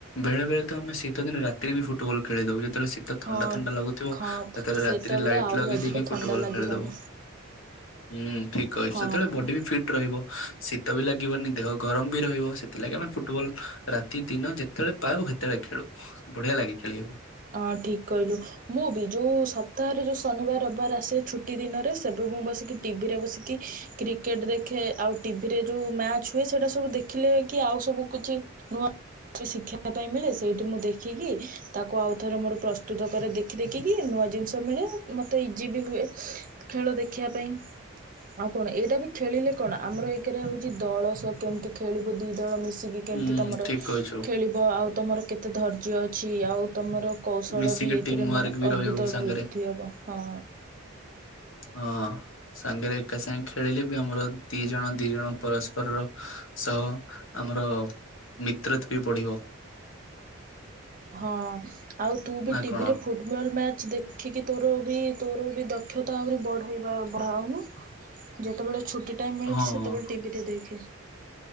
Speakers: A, on the left; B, on the right.
A: ବଳେ ତ ଆମେ ଶୀତ ଦିନ ରାତିରେ ବି ଫୁଟବଲ୍ ଖେଳିଦଉ। ଯେତେବେଳେ ଶୀ ତ ଥଣ୍ଡା
B: ହଁ।
A: ଥଣ୍ଡା ଲାଗୁଥିବ
B: ହଁ
A: ସେତେବେଳେ ରାତିରେ ଲାଇଟ୍
B: ଆହୁରି
A: ଲଗେଇ
B: ଅଧିକ
A: ଦେଇକି
B: ଥଣ୍ଡା
A: ଫୁଟବଲ୍
B: ଲାଗିବନି
A: ଖେଳିଦବୁ। ଉଁ, ଠିକ୍ କହିଛ,
B: ହଁ।
A: ସେତେବେଳେ ବଡି ବି ଫିଟ୍ ରହିବ ଶୀତ ବି ଲାଗିବନି, ଦେହ ଗରମ ବି ରହିବ। ସେ ଥିଲାଗି ଆମେ ଫୁଟବଲ୍ ରାତି ଦିନ ଯେତେବେଳେ ପାରୁ ସେତେବେଳେ ଖେଳୁ ବଢିଆ ଲାଗେ ଖେଳିବାକୁ।
B: ହଁ ଠିକ୍ କହିଲୁ। ମୁଁ ବି ଯୋଉ ସପ୍ତାହରେ ଯୋଉ ଶନିବାର ରବିବାର ଆସେ ଛୁଟି ଦିନରେ ସେବେ ମୁଁ ବସିକି ଟିଭିରେ ବସିକି କ୍ରିକେଟ୍ ଦେଖେ। ଆଉ ଟିଭିରେ ଯୋଉ ମ୍ୟାଚ୍ ହୁଏ ସେଇଟା ସବୁ ଦେ ଖିଲେ କି ଆଉ ସବୁ କିଛି ନୂଆ <inaudible> ଶିଖିବା ପାଇଁ ମିଳେ। ସେଇଠି ମୁଁ ଦେଖିକି ତା କୁ ଆଉ ଥରେ ମୋର ପ୍ରସ୍ତୁତ କରେ ଦେଖି ଦେଖିକି। ନୂଆ ଜିନିଷ ମିଳେ, ମୋତେ ଇଜି ବି ହୁଏ। ଖେଳ ଦେଖିବା ପାଇଁ। ଆଉ କଣ ଏଇଟା ବି ଖେଳିଲେ କଣ ଆମର ଏକେରେ ହଉଛି ଦଳ ସଅ କେମିତି ଖେଳିବୁ ଦି ଦଳ ମିଶ ଶିକି କେମିତି
A: ହୁଁ
B: ତୋମର
A: ଠିକ କହିଛୁ
B: ଖେଳିବ ଆଉ ତୋମର କେତେ ଧୈର୍ଯ୍ୟ ଅଛି। ଆଉ ତୋମର କୌଶଳ
A: ମିଶିକି
B: ବି ଏଥିରେ
A: ଟିମ୍
B: ମାନେ
A: ୱାର୍କ ବି
B: ଅଦ୍ଭୁତ
A: ରହିବ ସାଙ୍ଗରେ
B: ବୃଦ୍ଧି ହବ ହଁ।
A: ହଁ। ସାଙ୍ଗରେ ଏକା ସାଙ୍ଗେ ଖେଳିଲେ ବି ଆମର ଦି ଜଣ ଦି ଜଣ ପରସ୍ପରର ସହ ଆମର ମିତ୍ରତ୍ ବି ବଢ଼ିବ।
B: ହଁ ଆଉ ତୁ ବି
A: ନା
B: ଟିଭିରେ
A: କଣ
B: ଫୁ ଟବଲ୍ ମ୍ୟାଚ୍ ଦେଖିକି ତୋର ବି ତୋର ବି ଦକ୍ଷତା ଆହୁରି ବଢ଼େଇବା ବଢ଼ାଉନୁ। ଯେତେବେଳେ ଛୁଟି ଟାଇମ୍ ମିଳୁଛି
A: ହଁ।
B: ସେତେବେଳେ ଟିଭିରେ ଦେଖେ।